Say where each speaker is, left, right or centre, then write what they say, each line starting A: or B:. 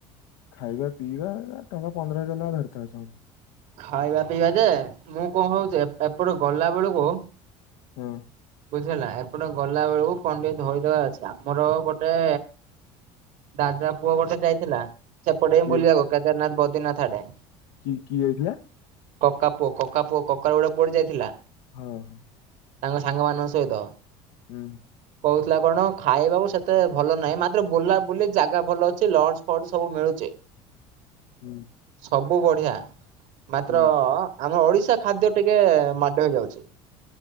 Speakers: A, on the left; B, on the right.
A: ଖାଇବା ପିଇବା ଟଙ୍କା ପନ୍ଦର ହଜାର ଟଙ୍କା ଧରିଥାଏ ସମସ୍ତେ।
B: ଖାଇବା ପିଇବା ଯେ ମୁଁ କଣ ହଉଛି ଏପଟୁ ଗଲା ବେଳକୁ
A: ହଁ।
B: ବୁଝି ହେଲା ଏପଟ ଗଲା ବେଳକୁ କଣ ଟିକେ ଧରିଦବା ଅଛି ଆମର ଗୋଟେ ଦାଦା ପୁଅ ଗୋଟେ ଯାଇଥିଲା ସେପଟେ
A: କିଏ
B: ବି ବୁଲିିବାକୁ କେଦାରନାଥ ବୌଦ୍ରିନାଥ ଆଡେ
A: କି କିଏ ଯାଇଥିଲା?
B: କକା ପୁଅ କକା ପୁଅ କକା ଗୋଟେ ପଡିଯାଇଥିଲା।
A: ହଁ ହଁ
B: ସାଙ୍ଗମାନଙ୍କ ସହିତ।
A: ହୁଁ।
B: କହୁଥିଲା କଣ ଖାଇବାକୁ ସେତେ ଭଲ ନାହିଁ ମାତ୍ର ବୁଲା ବୁଲି ଜାଗା ଭଲ ଅଛି ଲ ଜ ଫଜ ସବୁ ମିଳୁଚି।
A: ହୁଁ।
B: ସବୁ ବଢିଆ ମାତ୍ର
A: ହୁଁ।
B: ଆମ ଓଡିଶା ଖାଦ୍ୟ ଟିକେ ମାଡ ହେଇଯାଉଛି।